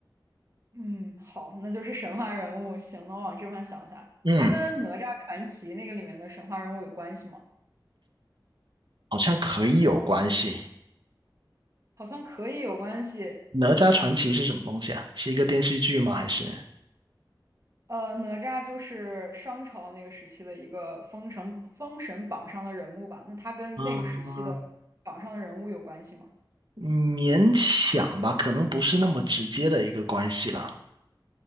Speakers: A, on the right (about 40°); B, on the right (about 70°).
A: 嗯，好，那就是神话人物。行，那我往这方想一下，
B: 嗯，
A: 他跟《哪吒传奇》那个里面的神话人物有关系吗？
B: 好像可以有关系。
A: 好像可以有关系，
B: 哪吒传奇是什么东西啊？是一个电视剧吗？还是？
A: 呃，哪吒就是商朝那个时期的一个封神封神榜上的人物吧？那他跟那个时期的
B: 嗯，
A: 榜上的人物有关系吗？
B: 勉强吧，可能不是那么直接的一个关系了。